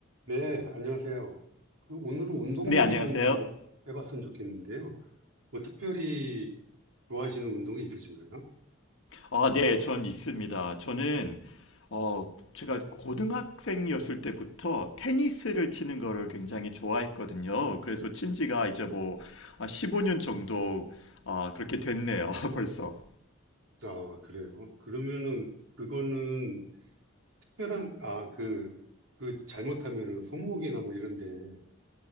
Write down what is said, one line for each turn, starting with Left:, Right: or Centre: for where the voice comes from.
Right: 네, 안녕하세요. 그 오늘은 운동
Left: 네,
Right: 얘기
Left: 안녕하세요.
Right: 좀 해봤으면 좋겠는데요. 뭐 특별히 좋아하시는 운동이 있으신가요?
Left: 아, 네, 전 있습니다. 저는, 어, 제가 고등학생이었을 때부터 테니스를 치는 거를 굉장히 좋아했거든요. 그래서 친 지가 이제 뭐, 15년 정도, 아, 그렇게 됐네요, <laughs> 벌써.
Right: 아, 그래요. 그러면은 그거는 특별한, 아, 그, 그 잘못하면은 손목이나 뭐 이런 데뭐